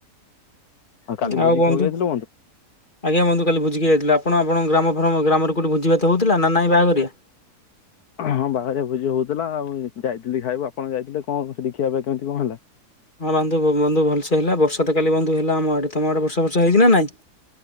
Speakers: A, on the left; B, on the left.
A: କାଲି
B: ଆଉ
A: ଭୋଜି
B: ବନ୍ଧୁ
A: ଖାଇବାକୁ ଯାଇଥିଲ
B: ଆଜ୍ଞା ବନ୍ଧୁ କାଲି ଭୋଜି ଖାଇଯାଇଥିଲୁ ଆପଣ ଆପଣଙ୍କ ଗ୍ରାମ ଫ୍ରାମ ଗ୍ରାମରେ କେଉଠି ଭୋଜି ଭାତ ହେଉଥିଲାନା ନାହିଁ ବାହାଘରିଆ?
A: ହଁ ବାହାଘରିଆ ଭୋଜି ହଉଥିଲା ଆଉ ଯାଇଥିଲି ଖାଇବୁ ଆପଣ ଯାଇଥିଲେ କଣ ସେଠି ଖିଆ ପିଆ କେମିତି କଁ ହେଲା?
B: ହଁ ବାନ୍ଧୁ ବନ୍ଧୁ ଭଲସେ ହେଲା ବର୍ଷାତ କାଲି ବନ୍ଧୁ ହେଲା ଆମ ଆଡ଼େ ତମ ଆଡ଼େ ବର୍ଷା ଫର୍ଷା ହେଇଚିନା ନାଇଁ?